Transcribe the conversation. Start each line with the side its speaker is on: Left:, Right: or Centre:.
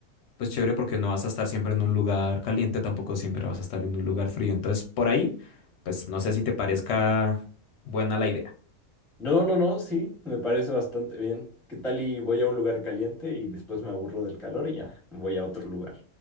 Left: pues chévere porque no vas a estar siempre en un lugar caliente, tampoco siempre vas a estar en un lugar frío. Entonces, por ahí, pues no sé si te parezca buena la idea.
Centre: No, no, no, sí, me parece bastante bien. ¿Qué tal y voy a un lugar caliente y después me aburro del calor y ya voy a otro lugar?